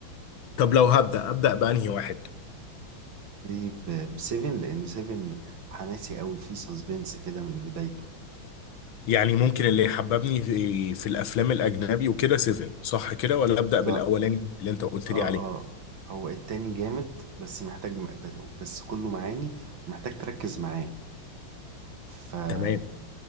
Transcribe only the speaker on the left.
طب لو هبدأ أبدأ بأنهي واحد
يعني ممكن اللي يحببني في, في الأفلام الأجنبي وكده سيفن صح كده ولا أبدأ بالأولاني
اللي أنت قلت
لي عليه
تمام